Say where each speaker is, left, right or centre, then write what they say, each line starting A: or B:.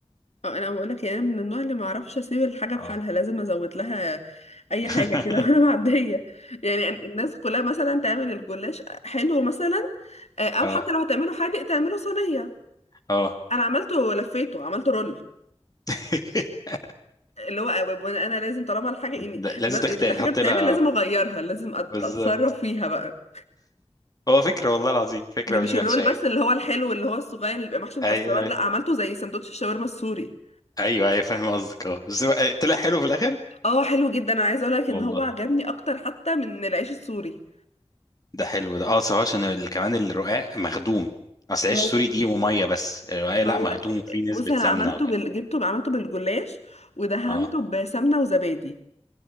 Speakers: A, on the left; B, on the left.
A: آه، انا بقولك يعني أنا من النوع اللي معرفش اسيب الحاجة في
B: قوي
A: حالها لازم ازود لها اي
B: <laughs>
A: حاجة كده <laughs> وانا معدية يعني يعني الناس كلها مثلا تعمل الجلاش حلو مثلا آه، او
B: اه
A: حتى لو هتعمله حادق تعمله صينية
B: اه
A: انا عملته لفيته عملته رول
B: <laughs>
A: اللي هو انا لازم طالما الحاجه يعني
B: ده لازم تختار
A: الحاجه
B: تحط
A: بتتعمل
B: لها
A: لازم اغيرها لازم أت-
B: بالظبط
A: اتصرف فيها بقى
B: هو فكرة والله العظيم فكرة
A: م- مش
B: مش وحشة
A: الرول
B: يعني
A: بس اللي هو الحلو اللي هو الصغير اللي بيبقى محشي مكسرات
B: ايوه ايوه
A: لا عملته زي سندوتش الشاورما السوري
B: ايوه ايوه فاهم قصدك اه بس هو- طلع حلو في الاخر
A: اه حلو جدا انا عايزه اقول لك
B: والله
A: ان هو عجبني اكتر حتى من العيش السوري
B: ده حلو ده اه بس هو عشان ال- كمان الرقاق مخدوم اصل عيش
A: هو
B: سوري دي وميه بس الرقاق لا
A: هو
B: مخدوم وفيه نسبة
A: بص انا
B: سمنة
A: عملته
B: وكده
A: بال... جبته عملته بالجلاش ودهنته
B: اه
A: بسمنه وزبادي